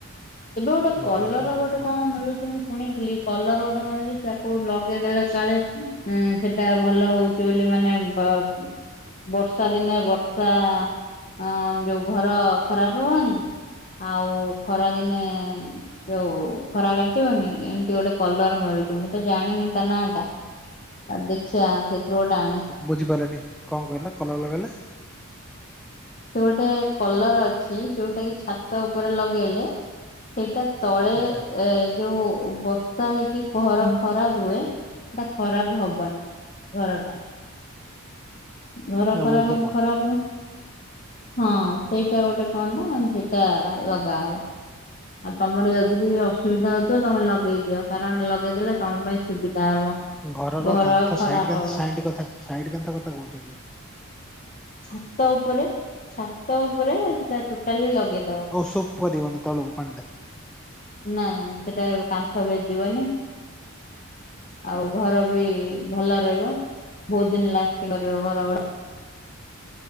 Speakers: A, on the left; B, in the centre.
A: ଏବେ ଗୋଟେ
B: ଭଲ
A: କଲର
B: ହେଲା
A: ଗୋଟେ
B: ଆଉ ନୂଆ
A: କଣ
B: କରିଛ
A: ମିଳୁଛି। ଶୁଣିଥିଲି, କଲର ଗୋଟେ ମିଳୁଛି ତାକୁ ଲଗେଇଦେଲେ କାଳେ ଉଁସେଟା ଭଲ ହଉ ଚୋଲି ମାନେ ବା ବର୍ଷା ଦିନେ ବର୍ଷା, ଅଁ ଯୋଉ ଘର ଖରାପ ହବନି? ଆଉ ଖରାଦିନେ ଯୋଉ ଖରା କାଟିବନି। ଏମିତି ଗୋଟେ କଲର ମିଳୁଛି ମୁଁ ତ ଜାଣିନି ତା ନାଁ ଟା। ଆ ଦେଖିଆ ସେଇଥିରୁ ଗୋଟେ ଆଣେ।
B: ବୁଝିପାରିଲେନି। କଣ କହିଲ କଲର ଲଗେଇଲା?
A: ସେ ଗୋଟେ କଲର ଅଛି। ଯୋଉଟା କି ଛାତ ଉପରେ ଲଗେଇଲେ, ସେଇଟା ତଳେ
B: ଆଚ୍ଛା
A: ଏ ଯୋଉ ବର୍ଷା ହେଇକି ଘର ଖରାପ ହୁଏ। ସେଟା ଖରାପ ହବନି। ଘରଟା। ଘର
B: ହଁ
A: ଖରା
B: ୱେଦର
A: <unintelligible>
B: କଣ?
A: ଖରାପ ହୁଏ। ହଁ। ସେଇଟା ଗୋଟେ କଣ ଟା, ସେଇଟା ଲଗା ହବ। ଆଉ ତମର ଯଦି ବି ଅସୁବିଧା ହଉଥିବ ତମେ ଲଗେଇ ଦିଅ। କାରଣ, ଲଗେଇଦେଲେ ତମ ପାଇଁ ସୁବିଧା ହବ।
B: ଘର ର କାନ୍ଥ
A: ଆଉ ଖରାପ
B: ସାଇଟ୍ କାନ୍
A: ହବନି
B: ସାଇଟ୍ କଥା ସାଇଟ୍ କାନ୍ଥ କଥା କହୁଚି
A: ଛାତ ଉପରେ ଛାତ ଉପରେ ସେଟା ଟୋଟାଲି ଲଗେଇ
B: ହଉ ସୁପ୍ ପଡ଼ିବନି ତଳକୁ ପାଣ୍ ଟା।
A: ନାଇଁ ସେଟା ଉ କାନ୍ଥ ଭେଦିବନି। ଆଉ ଘର ବି ଭଲ ରହିବ, ବହୁତ ଦିନ ଲାଷ୍ଟିଂ କରିବ ଘର ଗଢ଼ା।